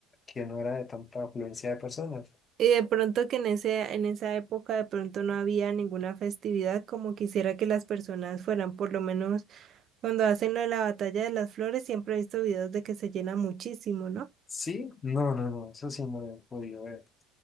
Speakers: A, on the left (about 30°); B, on the right (about 50°).
A: que no era de tanta afluencia de personas.
B: y de pronto que en ese, en esa época de pronto no había ninguna festividad como quisiera que las personas fueran, por lo menos cuando hacen lo de la batalla de las flores, siempre he visto videos de que se llena muchísimo, ¿no?
A: Sí, no, no, no, eso sí no lo he podido ver.